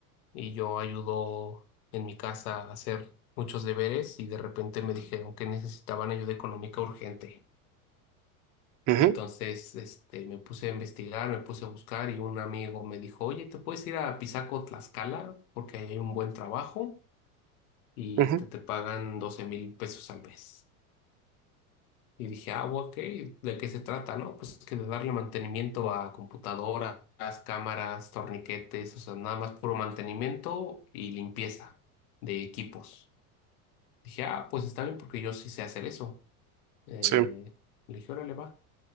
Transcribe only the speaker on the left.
y yo ayudo en mi casa a hacer muchos deberes y de repente me dijeron que necesitaban ayuda económica urgente.
Y entonces, este, me puse a investigar, me puse a buscar y un amigo me dijo, oye, ¿te puedes ir a Pisaco, Tlaxcala? Porque ahí hay un buen trabajo y
este te pagan doce mil pesos al mes. Y dije, ah, ok, ¿de qué se trata? No, pues que de darle mantenimiento a computadoras, cámaras, torniquetes, o sea, nada más puro mantenimiento y limpieza de equipos. Dije, ah, pues está bien porque yo sí sé hacer eso. Eh,
le dije, órale, va.